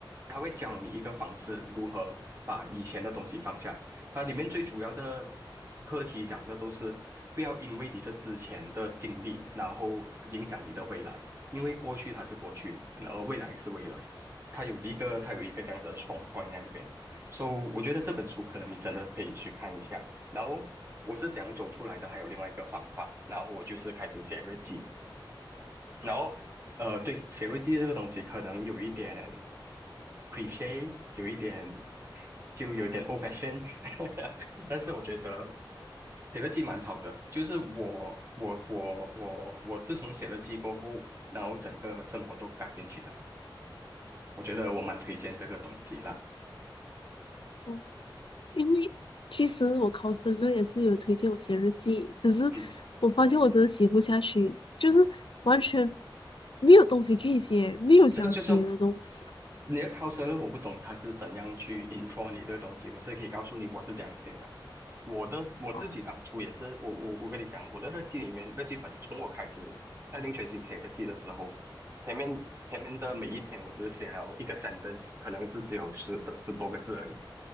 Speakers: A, on the right; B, on the left.
A: 他会教你一个方式如何把以前的东西放下。它里面最主要的课题讲的都是不要因为你的之前的经历，然后影响你的未来，因为过去它是过去，而未来是未来。它有一个，它有一个这样子的 strong point 在这边。So，我觉得这本书可能你真的可以去看一下。然后我是怎样走出来的，还有另外一个方法。然后我就是开始写日记，然后，呃，对，写日记这个东西可能有一点 c l i c h e 有一点就有点 old fashioned，<laughs> 但是我觉得写日记蛮好的。就是我我我我我自从写了记过后，然后整个生活都改变起来。我觉得我蛮推荐这个东西啦。
B: 嗯因为其实我考生论也是有推荐我写日记，只是
A: 嗯，
B: 我发现我真的写不下去，就是完全没有东西可以写，没有想写的东西。
A: 这个就是你的 c u l 我不懂他是怎样去 intro 你这个东西，我是可以告诉你我是怎样写的。我的我自己当初也是，
B: 哦
A: 我我我跟你讲，我的日记里面日记本，从我开始下定决心写日记的时候，前面前面的每一天，我只写了一个 sentence，可能是只有十的十多个字而已。